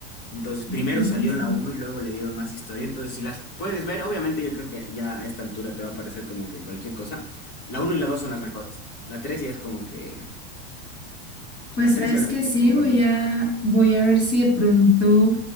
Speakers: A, on the left; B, on the left.
A: Entonces,
B: oh,
A: primero
B: qué interesante.
A: salió la uno y luego le dieron más historia. Entonces, si las puedes ver, obviamente yo creo que ya a esta altura te va a parecer como que cualquier cosa. La uno y la 2 son las mejores. La tres ya es como que... eh,
B: Pues
A: La
B: sabes
A: 3 ya la
B: que
A: vi por
B: sí,
A: compromiso.
B: voy a, voy a ver si de pronto,